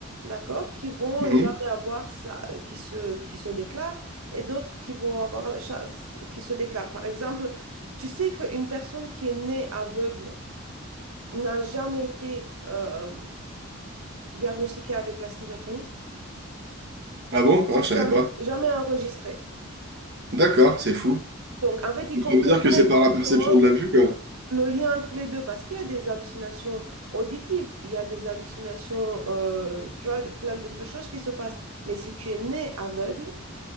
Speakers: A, on the right (about 85°); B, on the right (about 50°).
A: d'accord, qui vont
B: Mhm.
A: jamais avoir ça, qui se, qui se déclarent, et d'autres qui vont avoir la chasse, qui se déclarent. Par exemple, tu sais qu'une personne qui est née aveugle n'a jamais été euh, diagnostiqué avec la schizophrénie.
B: Ah bon? Ah, je savais
A: Jamais,
B: pas.
A: jamais enregistré.
B: D'accord, c'est fou.
A: Donc, en fait, ils
B: Donc
A: ne comprennent
B: ça veut dire que
A: pas
B: c'est
A: exactement
B: par la perception de la vue, quoi.
A: le lien entre les deux parce qu'il y a des hallucinations auditives, il y a des hallucinations, euh, tu vois, plein de, de choses qui se passent. Mais si tu es né aveugle,